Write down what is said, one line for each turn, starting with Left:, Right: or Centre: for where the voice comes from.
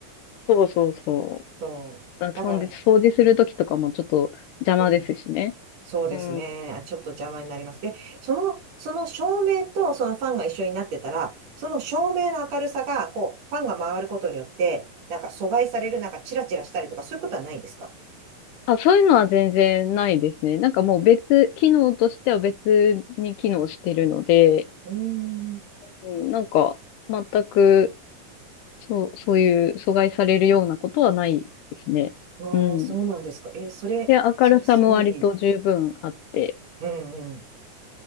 Left: そうそうそ
Right: そう。
Left: う。あ、
Right: だから、
Left: そうで掃除するときとかもちょっと邪魔ですしね。
Right: うん。そうですね。
Left: うん。
Right: あちょっと邪魔になります。で、その、その照明とそのファンが一緒になってたら、その照明の明るさが、こう、ファンが回ることによって、なんか阻害される、なんかチラチラしたりとか、そういうことはないんですか
Left: あ、そういうのは全然ないですね。なんかもう別、機能としては別に機能してるので、
Right: うーん。
Left: うん、なんか全く、そう、そういう阻害されるようなことはないですね。
Right: おー、
Left: うん。
Right: そうなんですか。えーそれ、
Left: で、明るさも割と十分あって、
Right: それすごいいい。うんうん。